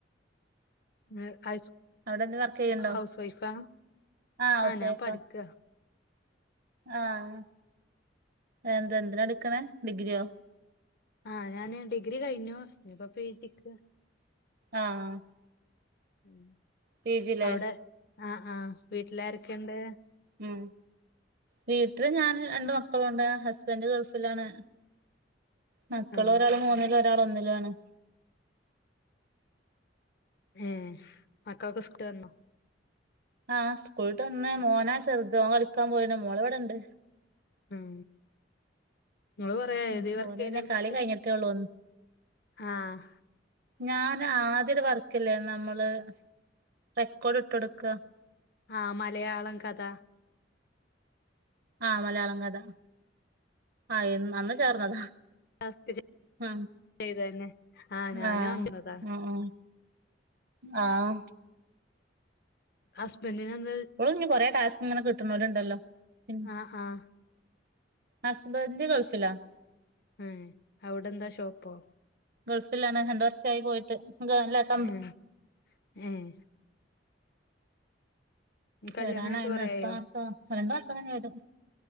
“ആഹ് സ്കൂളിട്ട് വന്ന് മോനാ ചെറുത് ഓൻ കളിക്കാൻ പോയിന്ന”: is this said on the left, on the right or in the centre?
Right